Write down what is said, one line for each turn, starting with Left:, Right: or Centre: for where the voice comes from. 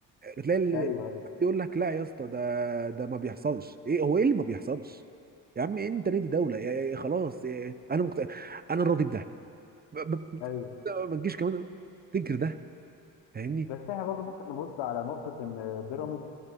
Right: تلاقي ال-
Left: ايوه ايوه
Right: يقول لك لا يا اسطى ده ده ما بيحصلش ايه هو ايه اللي ما بيحصلش يا عم انت نادي دوله يا يا- خلاص يا انا مكت... انا راضي بده ب- ب-
Left: ايوه
Right: ما تجيش كمان تنكر ده فاهمني
Left: بس احنا برضو ممكن نبص على نقطه ان بيراميدز